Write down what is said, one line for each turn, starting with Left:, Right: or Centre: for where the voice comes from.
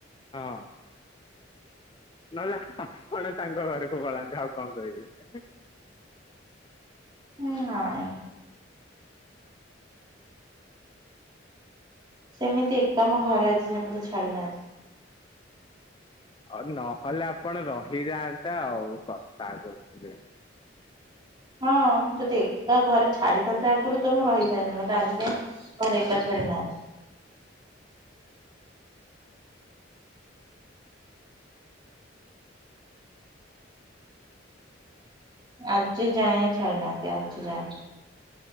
Left: ହଁ। ନହଲେ ଆପଣ ତାଙ୍କ ଘରକୁ ପଳାନ୍ତୁ। ଆଉ କଣ କହିବି?
Right: ହୁଁ ନାଇଁ। ସେମିତି ଏକା ଆମ ଘରେ ଆଜି ଯାଏ ମତେ ଛାଡି ନାହାନ୍ତି।
Left: ଆ ନହେଲେ ଆପଣ ରହିଯାଆନ୍ତା ଆଉ କଥା କହୁଛନ୍ତି।
Right: ହଁ ଯଦି ଏକା ଘରେ ଛାଡିଥାନ୍ତେ ଆଗରୁ ତ ମୁଁ ରହିଥାନ୍ତି। ମତେ ଆଜି ଯାଏ ଘରେ ଏକା ଛାଡି ନାହାନ୍ତି। ଆଜି ଯାଏଁ ଛାଡ଼ିନାହାନ୍ତି ଆଜି ଯାଏଁ।